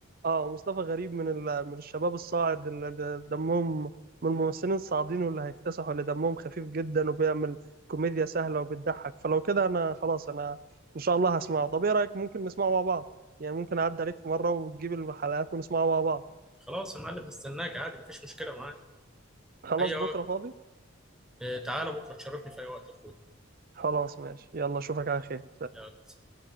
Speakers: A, on the right; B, in the centre.
A: اه ومصطفى غريب من ال... من الشباب الصاعد اللي د- دمهم من الممثلين الصاعدين واللي هيكتسحوا اللي دمهم خفيف جدا وبيعمل كوميديا سهلة وبتضحك فلو كده انا خلاص انا ان شاء الله هسمعه طب ايه رأيك ممكن نسمعه مع بعض يعني ممكن اعدي عليك في مرة وتجيب الحلقات ونسمعه مع بعض
B: خلاص يا معلم هستناك عادي مفيش مشكلة معاك
A: خلاص
B: اي
A: بكرة
B: وقت
A: فاضي
B: آه، تعالى بكرة تشرفني في اي وقت يا اخويا
A: خلاص ماشي يلا اشوفك على خير
B: يلا سلام.